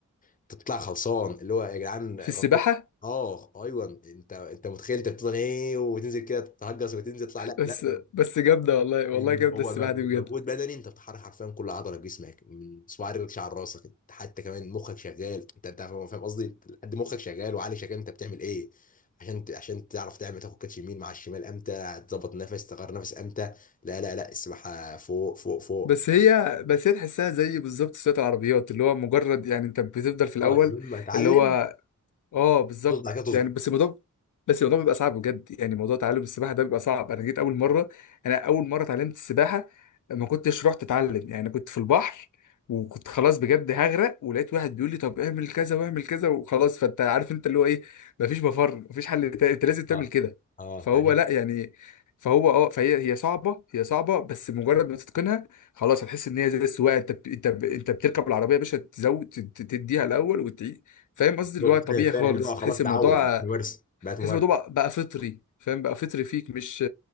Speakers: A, on the left; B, on the left.
A: انت بتطلع خلصان اللي هو يا جدعان
B: في
A: غطيت
B: السباحه
A: اه ايوه انت انت متخيل انت بتفضل ايه وتنزل كده تهجس وتنزل تطلع لا
B: بس
A: لا
B: بس جامدة والله والله
A: مم.
B: جامدة
A: هو
B: السباحة
A: مجهود
B: دي بجد
A: مجهود بدني انت بتحرك حرفيا كل عضله في جسمك من صباع رجلك شعر راسك انت حتى كمان مخك شغال انت انت فاهم فاهم قصدي لحد مخك شغال وعقلك شغال انت بتعمل ايه عشان ت- عشان تعرف تعمل تاخد كاتش يمين مع الشمال امتى تظبط نفس تغير نفس امتى لا لا لا السباحه فوق فوق فوق
B: بس هي بس هي تحسها زي بالظبط سواقة العربيات اللي هو مجرد يعني انت بتفضل في الأول
A: اه يوم ما اتعلم
B: اللي هو اه بالظبط
A: تظبط بعد كده تظبط
B: يعني بس الموضوع بس الموضوع بيبقى صعب بجد يعني موضوع تعلم السباحه ده بيبقى صعب انا جيت اول مره انا اول مره اتعلمت السباحه ما كنتش رحت اتعلم يعني كنت في البحر وكنت خلاص بجد هغرق ولقيت واحد بيقول لي طب اعمل كذا واعمل كذا وخلاص فانت عارف انت اللي هو ايه مفيش مفر مفيش حل تاني انت لازم تعمل
A: اه
B: كده
A: اه
B: فهو
A: حقيقي
B: لا يعني فهو اه فهي هي صعبه هي صعبه بس مجرد ما تتقنها خلاص هتحس ان هي زي السواقه انت بت- انت ب- انت بتركب العربيه يا باشا تزود تديها الاول فاهم قصدي اللي
A: فاهم
B: هو طبيعي
A: فاهم
B: خالص
A: اللي هو
B: بتحس
A: خلاص
B: الموضوع
A: تعود ممارسه بقت
B: تحس
A: ممارسه
B: الموضوع بقى, بقى فطري فاهم بقى فطري فيك مش